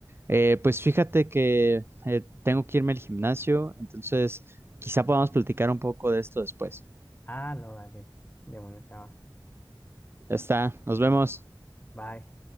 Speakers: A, on the right; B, on the left.
A: Eh, pues fíjate que eh, tengo que irme al gimnasio, entonces quizá podamos platicar un poco de esto después.
B: Ah, no, dale. De bueno, chava.
A: Ya está, nos vemos.
B: Bye.